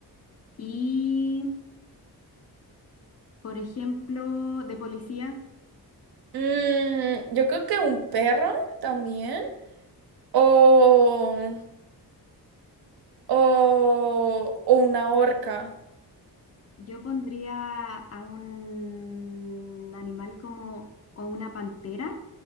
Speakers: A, on the left; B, on the right.
A: Y, por ejemplo, de policía,
B: Mm, yo creo que un perro también. O, o, o una orca.
A: yo pondría a un animal como o una pantera